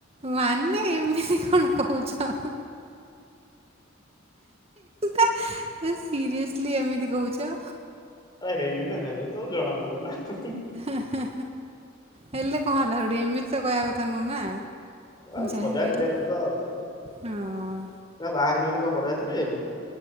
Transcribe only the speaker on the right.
ମାନେ ଏମିତି କଣ କହୁଛ। <inaudible> ସିରିୟେସ୍‌ଲି ଏମିତି କହୁଛ?
ହୁଁ ହୁଁ ହେଲେ କଣ ହେଲା ହେଠୁ ଏମିତି ତ କହିବା କଥା ନୁହେଁ ନା।
ଯାହା
ବି ହେଲେ
ହଁ